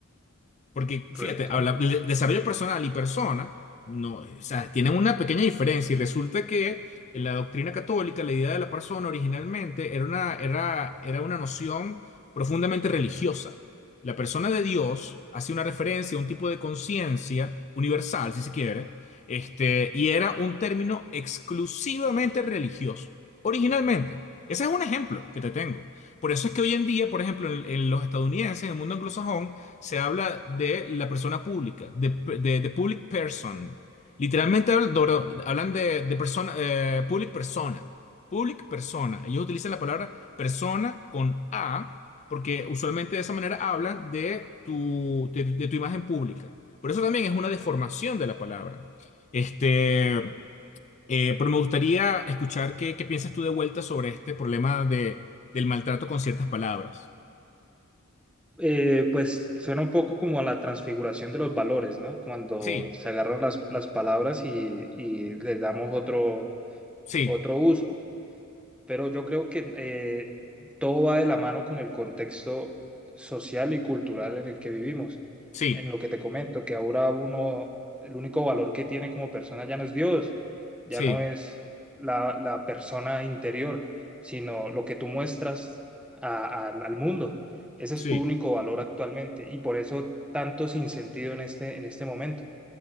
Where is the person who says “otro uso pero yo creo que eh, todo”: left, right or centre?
Centre